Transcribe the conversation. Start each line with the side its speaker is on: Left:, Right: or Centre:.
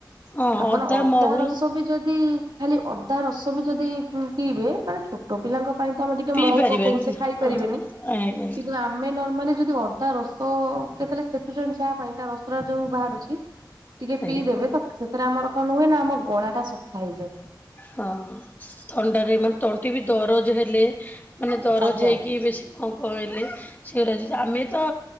Left: ହଁ
Right: ଆପଣ ଅଦା
Left: ମହୁ
Right: ରସ ବି ଯଦି ଖାଲି ଅଦା ରସ ବି ଯଦି ପିଇବେ ମାନେ ଛୋଟ ପିଲାଙ୍କ ପାଇଁ ତ ଆମେ ଟିକେ
Left: ପିଇ
Right: ମହୁ
Left: ପାରିବେ
Right: ପକଉ ସେ ଖାଇ
Left: ଆଜ୍ଞା
Right: ପାରିବେନି କିନ୍ତୁ ଆମେ ନର୍ମାଲି ଯଦି ଅଲ ତା ରସ କେତେବେଳେ ଛେଚୁଛନ୍ତି ଚାହା ପାଇଁ ତା ରସ ଟା ଯୋଉ ବାହାରୁଛି ଟିକେ
Left: ଆଜ୍ଞା।
Right: ପିଇଦେବେ ତ ସେଥିରେ ଆମର କଣ ହୁଏ ନା ଆମ ଗଳା ଟା ସଫା ହେଇଯାଏ।
Left: ହଁ ଥଣ୍ଡାରେ ମାନେ ତଣ୍ଟି ବି ଦରଜ ହେଲେ ମାନେ ଦରଜ
Right: ଆଜ୍ଞା
Left: ହେଇକି ବେଶୀ କଁ କଁ ହେଲେ ଛେରା ଆମେ ତ